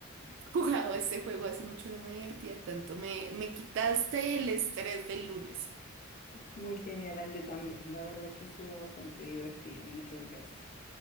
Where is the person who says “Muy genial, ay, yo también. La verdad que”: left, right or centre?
Left